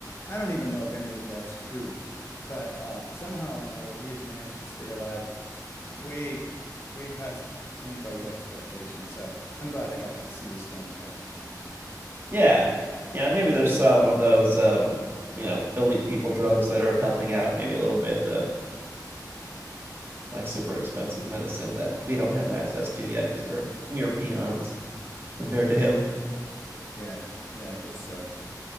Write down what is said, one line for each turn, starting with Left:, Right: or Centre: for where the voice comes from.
Left: I don't even know if any of that's true, but um, somehow or another, he has managed to stay alive way, way past anybody's expectation. So I'm glad I got to see the Stones a bunch of times.
Right: Yeah. Yeah, maybe there's some of those um, you know, elite people drugs that are helping out maybe a little bit the like super expensive medicine that we don't have access to yet because we're mere peons compared to him.
Left: Yeah, yeah, I guess so.